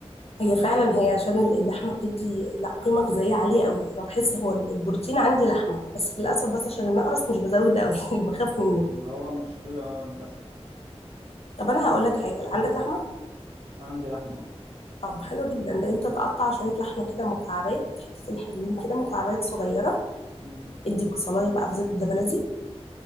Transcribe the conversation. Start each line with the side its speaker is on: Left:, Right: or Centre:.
Left: هي فعلا هي عشان اللحمه بتدي لا قيمه غذائيه عاليه قوي انا بحس هو البروتين عندي لحمه بس للاسف بس عشان انا اقرص مش بزود قوي <laughs> بخاف منه
Right: هو مشكله آه، للاسف
Left: طب انا هقول لك حاجه عندك لحمه
Right: أنا عندي لحمه
Left: طب حلو جدا ده انت تقطع شويه لحمه كده مكعبات حتتين حلوين كده مكعبات صغيره
Right: آه.
Left: ادي بصلايه بقى في زبده بلدي